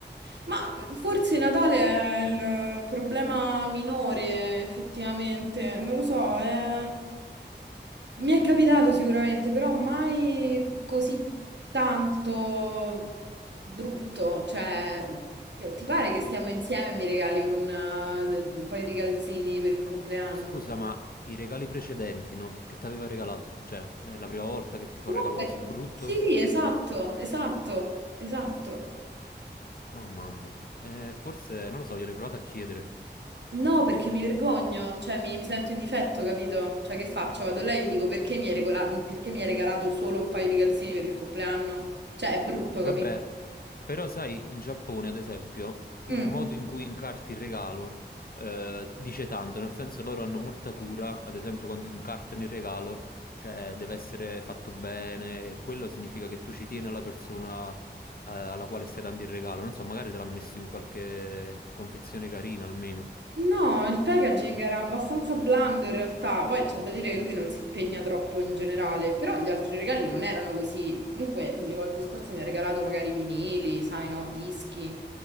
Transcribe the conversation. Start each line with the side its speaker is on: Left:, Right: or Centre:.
Right: Ma eh, forse Natale è il problema minore, effettivamente, non lo so, è- mi è capitato sicuramente, però mai così tanto brutto, cioè eh, ti pare che stiamo insieme e mi regali un, eh, un paio di calzini per il compleanno?
Left: scusa, ma i regali precedenti, no? Che ti aveva regalato? Cioè, è la prima volta che ti fa
Right: Comunque,
Left: un regalo così brutto?
Right: sì, esatto, esatto, esatto.
Left: Oh mamma, Eh, forse, non lo so, gliel'ho provato a chiedere.
Right: No, perché mi vergogno, cioè mi, mi sento in difetto, capito? Cioè che faccio? Vado là e gli dico perché mi hai regola- perché mi hai regalato solo un paio di calzini per il compleanno? Cioè è brutto,
Left: Vabbè,
Right: capito?
Left: Però sai, in Giappone, ad esempio, il
Right: Mm.
Left: modo in cui incarti il regalo eh, dice tanto, nel senso loro hanno molta cura, ad esempio quando incartano il regalo, cioè deve essere fatto bene, e quello significa che tu ci tieni alla persona eh, alla quale stai dando il regalo, non so, magari te l'ha messo in qualche confezione carina almeno.
Right: No, il packaging era abbastanza blando in realtà, poi c'è da dire che lui non si impegna troppo in generale, però gli altri regali non erano così. Comunque le volte scorse mi ha regalato magari vinili, sai no, dischi,